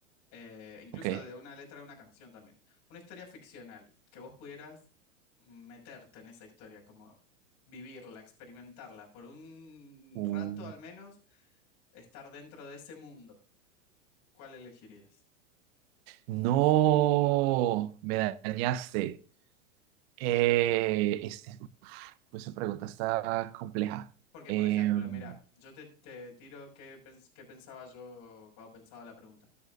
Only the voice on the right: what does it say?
Ok.
Uh,
no, me dañaste. Eh, este, pues esa pregunta está compleja.
Em,